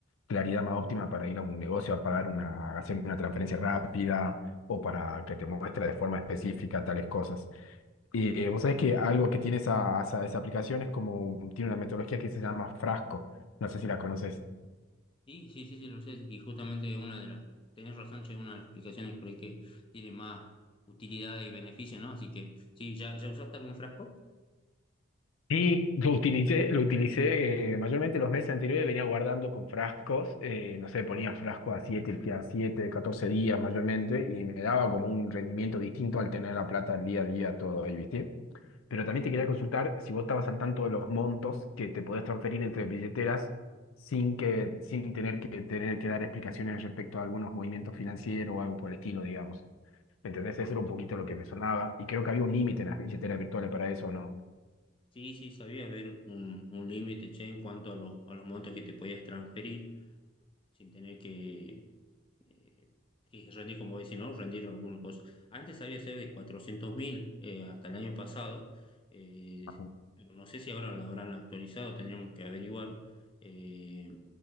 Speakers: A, on the left; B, on the left.
A: claridad más óptima para ir a un negocio a pagar una, hacer una transferencia rápida o para que te muestre de forma específica tales cosas. Y eh, vos sabés que algo que tiene esa, esa, esa aplicación es como, un- tiene una metodología que se llama Frasco, no sé si la conoces.
B: Sí, sí, sí, sí, lo sé. Y justamente una de las, tenés razón, Che, una de las explicaciones por ahí que tiene más utilidad y beneficio, ¿no? Así que, sí, ¿ya, ya usaste algún frasco?
A: Sí, lo utilicé, lo utilicé eh, mayormente los meses anteriores, venía guardando con frascos, eh, no sé, ponía frascos a 7, a 7, 14 días mayormente, y me daba como un rendimiento distinto al tener la plata día a día todo ahí, ¿viste? Pero también te quería consultar si vos estabas al tanto de los montos que te podés transferir entre billeteras sin que, sin tener que tener que dar explicaciones respecto a algunos movimientos financieros o algo por el estilo, digamos. ¿Me entendés? Eso era un poquito lo que me sonaba, y creo que había un límite en las billeteras virtuales para eso, ¿no?
B: Sí, sí, sabía haber un, un límite, che, en cuanto a, los a los montos que te podías transferir sin tener que, eh, y rendí, como dicen, ¿no? Rendieron algunos cosas. Antes había sido de 400.000 eh, hasta el año pasado, eh,
A: o
B: pero no sé si ahora lo habrán actualizado, tendríamos que averiguar eh,